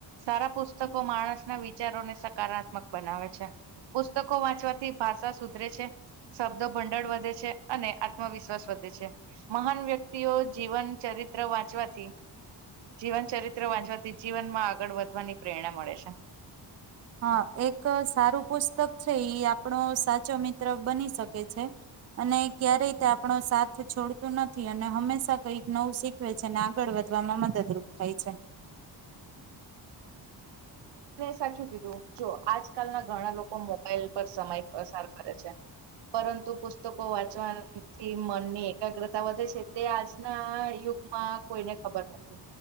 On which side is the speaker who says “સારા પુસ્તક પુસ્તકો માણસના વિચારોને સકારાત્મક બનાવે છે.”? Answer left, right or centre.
Right